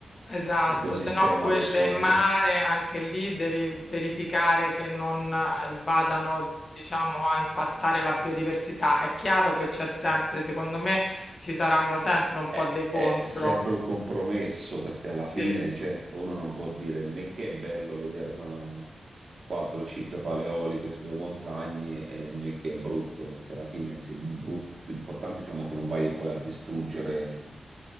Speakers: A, on the left; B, on the right.
A: esatto,
B: l'ecosistema
A: se no quelle
B: del posto.
A: in mare anche lì devi verificare che non eh, vadano, diciamo, a impattare la biodiversità. È chiaro che c'è sempre, secondo me, ci saranno sempre un
B: È,
A: po' dei contro.
B: è sempre un compromesso perché
A: Sì.
B: alla fine, certo, uno non può dire né che è bello vedere una 4-5 paleoliche sulle montagne, eh, né che è brutto, perché alla fine sì, il brut- l'importante diciamo che non vai poi a distruggere,